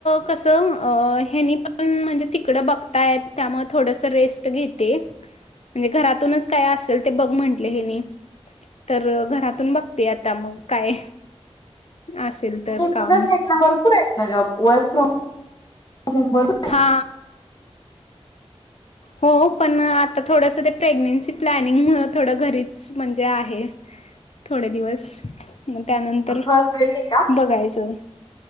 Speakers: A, on the left; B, on the left.
A: कस हेनी पण म्हणजे तिकड बघताय त्यामुळे थोडस रेस्ट घेते म्हणजे घरातूनच काय असेल ते बघ म्हंटले हे नाही तर घरातून बघते आता मग काय असेल तर
B: नाही
A: काम
B: पुण्या साईडला भरपूर ना जॉब वर्क फ्रॉम होम भरपूर
A: हा हो पण आता थोडंस ते प्रेग्नेन्सी प्लॅनिंग थोडं घरीच म्हणजे आहे थोडे दिवस म त्यानंतर
B: फर्स्ट बेबी आहे का?
A: बघायचं